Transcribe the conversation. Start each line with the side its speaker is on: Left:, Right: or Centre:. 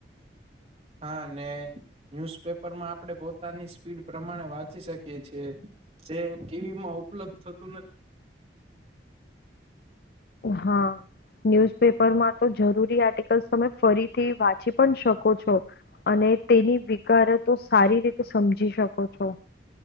Right: હા ને ન્યુઝપેપર માં આપણે પોતાની સ્પીડ વાંચી શકીએ છીએ. જે ટીવી માં ઉપલબ્ધ થતું નથી.
Left: હા, ન્યૂઝપેપરમાં તો જરૂરી આર્ટિકલ્સ તમે ફરીથી વાંચી પણ શકો છો, અને તેની વિકારે તો સારી રીતે સમજી શકો છો.